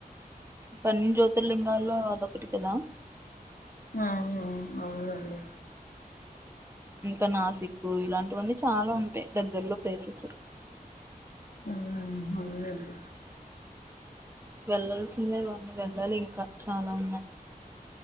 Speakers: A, on the right (about 15°); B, on the left (about 75°).
A: పన్నెండు జ్యోతిర్లింగాలో అదొ కటికదా
B: ఆ అవునండి
A: ఇకా నాసి క్ ఇలాంటివన్నీ చాలా ఉంటాయి దగ్గర్లో ప్లేసెస్
B: ఆ అవును
A: వెళ్ళల్సిందే ఇగ వెళ్ళాలి ఇంకా చాలా ఉన్నాయి